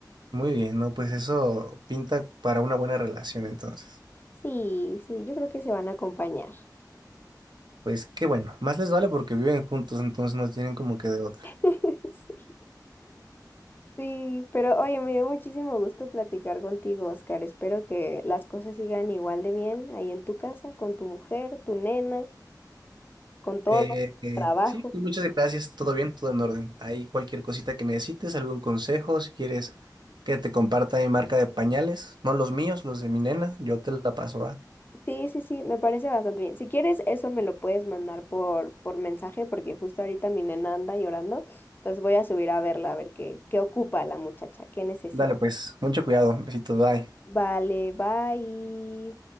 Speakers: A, on the right (about 80°); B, on the left (about 30°).
A: Muy bien, ¿no? Pues eso pinta para una buena relación entonces.
B: Sí, sí, yo creo que se van a acompañar.
A: Pues qué bueno, más les vale porque viven juntos, entonces no tienen como que de otra.
B: <laughs> Sí. Sí, pero oye, me dio muchísimo gusto platicar contigo, Oscar. Espero que las cosas sigan igual de bien ahí en tu casa, con tu mujer, tu nena. con todo,
A: Eh, eh,
B: trabajo.
A: sí, pues, muchas gracias, todo bien, todo en orden. Hay cualquier cosita que necesites, algún consejo, si quieres que te comparta mi marca de pañales, no los míos, los de mi nena, yo te la paso, va.
B: Sí, sí, sí, me parece bastante bien. Si quieres, eso me lo puedes mandar por, por mensaje, porque justo ahorita mi nena anda llorando. Entonces voy a subir a verla, a ver qué, qué ocupa la muchacha, qué necesita.
A: Dale pues, mucho cuidado, besitos, bye.
B: Vale, bye.